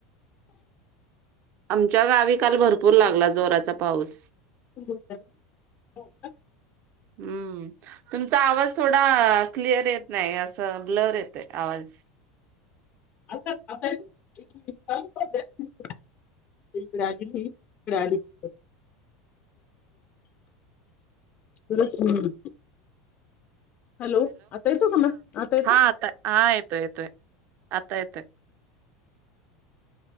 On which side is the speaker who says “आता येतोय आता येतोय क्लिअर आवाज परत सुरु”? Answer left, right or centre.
Left